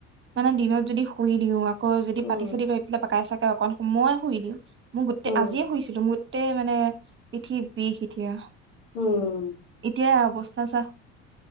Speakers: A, on the right (about 40°); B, on the left (about 80°).
A: মানে দিনত যদি শুই দিওঁ আকৌ যদি
B: উম
A: পাতি চাতি পাৰি পেলাই পকাই চাকাই অকন সময়ে শুই দিওঁ। মোৰ গোটেই
B: উম
A: আজিয়ে শুইছিলো মোৰ গোটেই মানে পিঠি বিষ স এতিয়া
B: উম
A: এতিয়াই অৱস্থা চা।